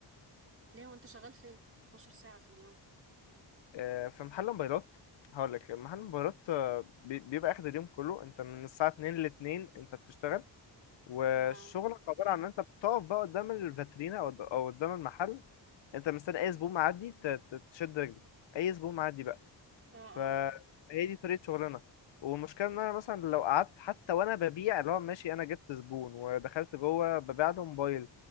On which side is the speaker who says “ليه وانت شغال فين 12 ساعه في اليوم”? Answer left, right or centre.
Right